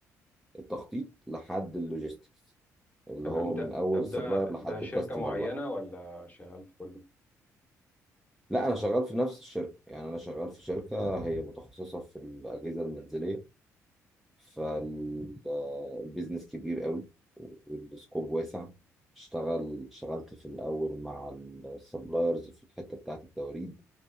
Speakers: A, in the centre; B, on the left.
A: التخطيط لحد اللوجيستكس اللي
B: تمام
A: هو من
B: ده
A: اول
B: طب
A: السبلاير
B: ده
A: لحد
B: ده شركه
A: الكاستمر
B: معينه
A: بقى
B: ولا شغال في كله
A: لا انا شغال في نفس الشركة يعني انا شغال في شركة هي متخصصة في الأجهزة المنزلية فالبيزنس
B: تمام
A: كبير قوي والسكوب واسع اشتغل اشتغلت في الأول مع السبلايرز في الحتة بتاعة التوريد